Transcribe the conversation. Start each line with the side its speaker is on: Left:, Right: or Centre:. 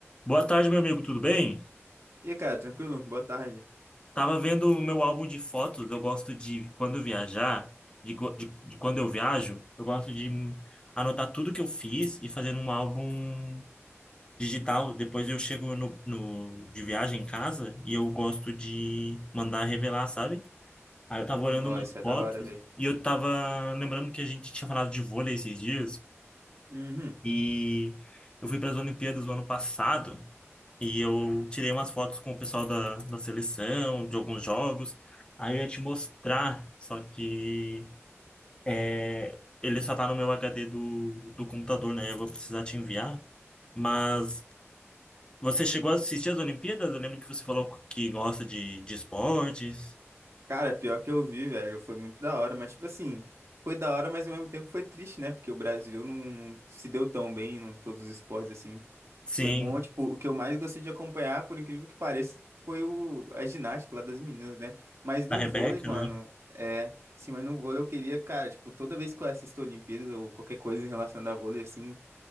Left: Boa tarde, meu amigo, tudo bem?
Right: E aí, cara, tranquilo? Boa tarde.
Left: Tava vendo o meu álbum de fotos. Eu gosto de, quando viajar, de, go- de- de quando eu viajo, eu gosto de hum, anotar tudo que eu fiz e fazer um álbum digital. Depois eu chego no, no- de viagem em casa e eu gosto de mandar revelar, sabe? Aí eu tava olhando
Right: Nossa,
Left: umas
Right: isso é
Left: fotos
Right: da hora, velho.
Left: e eu tava lembrando que a gente tinha falado de vôlei esses dias
Right: Uhum.
Left: e eu fui para as Olimpíadas do ano passado. E eu tirei umas fotos com o pessoal da, da seleção, de alguns jogos. Aí eu ia te mostrar, só que é, ele só tá no meu HD do, do computador, né? Eu vou precisar te enviar. Mas você chegou a assistir as Olimpíadas? Eu lembro que você falou que gosta de, de esportes.
Right: Cara, pior que eu vi, velho, foi muito da hora, mas, tipo assim, foi da hora, mas ao mesmo tempo foi triste, né? Porque o Brasil não, não se deu tão bem em todos os esportes, assim.
Left: Sim,
Right: Foi bom, tipo, o que eu mais gostei de acompanhar, por incrível que pareça, foi o, a ginástica lá das meninas, né? Mas no
Left: a Rebeca,
Right: vôlei, mano,
Left: né?
Right: é. Sim, mas no vôlei eu queria, cara, tipo, toda vez que eu assisto Olimpíadas ou qualquer coisa relacionada a vôlei, assim.